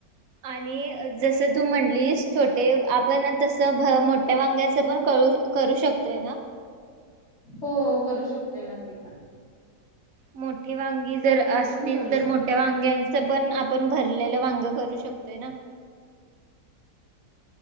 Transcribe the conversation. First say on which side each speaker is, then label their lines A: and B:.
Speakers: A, on the right; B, on the left.
A: आणि जस तू म्हणलीस छोटे आप पण तसं भ मोठ्या वांग्याच पण कू करू शकतोय ना
B: हो हो करू शकतोय ना ते पण
A: मोठी वांगी जर असतील
B: ते पण करू
A: तर
B: शकतो
A: मोठ्या वांग्यांच पण आपण भरलेलं वांग करू शकतोय ना